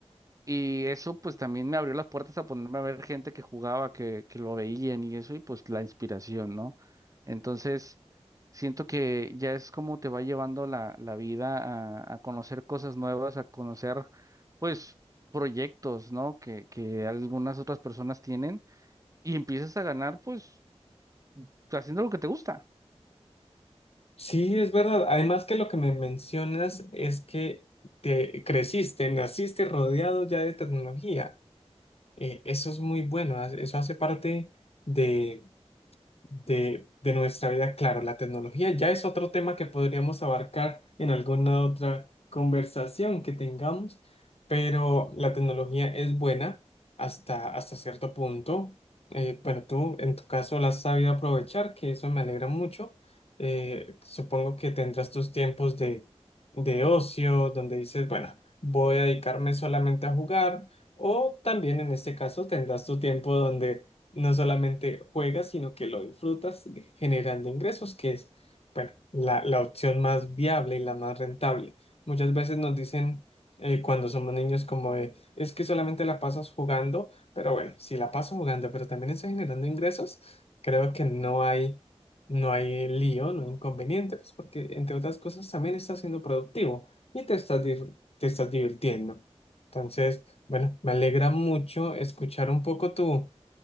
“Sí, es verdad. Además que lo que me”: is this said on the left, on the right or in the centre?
Left